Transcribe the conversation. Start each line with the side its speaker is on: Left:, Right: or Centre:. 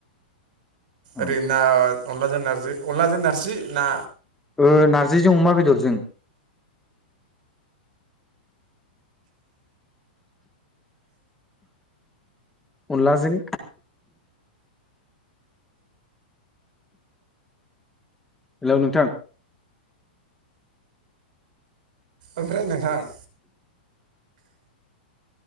Centre: औ
Right: आरै ना। अनलाजों नारजि अनलाजों नारजि ना
Centre: ओ नारजिजों अमा बेदरजों अनलाजों। हेलौ नोंथां।
Right: ओमफ्राय नोंथां।